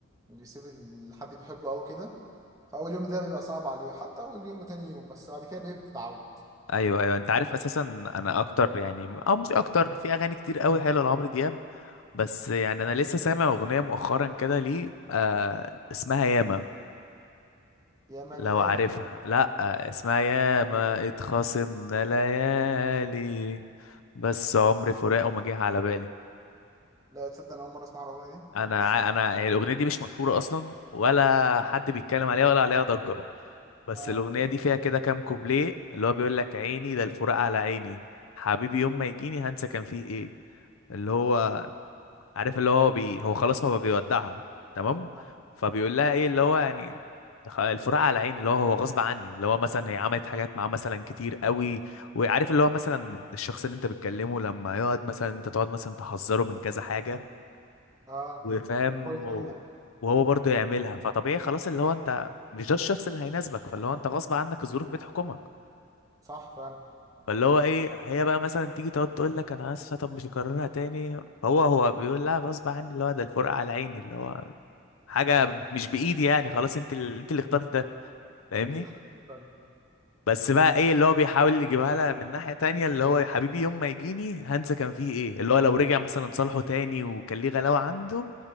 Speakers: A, on the right; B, on the left.
A: اللي بيسيب ال- حد بيحبه أوي كده فأول يوم ده بيبقى صعب عليه حتى أول يوم وتاني يوم بس بعد كده بيتعود
B: ايوه ايوه انت عارف اساسا انا اكتر يعني او مش اكتر في اغاني كتير قوي حلوه لعمرو دياب بس يعني انا لسه سامع اغنيه مؤخرا كده ليه آه اسمها ياما
A: ياما
B: لو
A: ليالي
B: عارفها لا آه اسمها ياما اتخاصمنا ليالي بس عمري فراقه ما جه على بالي
A: لا تصدق أنا أول مرة أسمع الأغنية دي
B: انا
A: أول مرة أش-
B: ع- انا هي الاغنيه دي مش مشهوره اصلا ولا حد بيتكلم عليها ولا عليها ضجه بس
A: آه
B: الاغنيه دي فيها كده كام كوبليه اللي هو بيقول لك عيني ده الفراق على عيني حبيبي يوم ما يجيني هنسى كان فيه ايه اللي هو عارف اللي هو بي هو خلاص هو بيودعها تمام
A: آه
B: فبيقول لها ايه اللي هو يعني خ- الفراق على عيني اللي هو هو غصب عني اللي هو مثلا هي عملت حاجات معاه مثلا كتير قوي وعارف اللي هو مثلا الشخص اللي انت بتكلمه لما يقعد مثلا انت تقعد مثلا تحذره من كذا حاجة
A: آه
B: وفاهم
A: هو يعملها
B: و- وهو برضه يعملها فطبيعي خلاص اللي هو انت مش ده الشخص اللي هيناسبك فاللي هو انت غصب عنك الظروف بتحكمك
A: صح فعلا
B: فاللي هو ايه هي بقى مثلا تيجي تقعد تقول لك انا اسفه طب مش هكررها تاني هو هو بيقول لها غصب عني اللي هو ده الفرقه على عيني اللي هو حاجه مش بايدي يعني خلاص انت اللي انت اللي اخترت ده فاهمني
A: أنت اللي اخترتيه فعلا
B: بس بقى ايه اللي هو بيحاول يجيبها لها من ناحيه تانية اللي هو يا حبيبي يوم ما يجيني هنسى كان فيه ايه اللي هو لو رجع مثلا صالحه تاني وكان ليه غلاوه عنده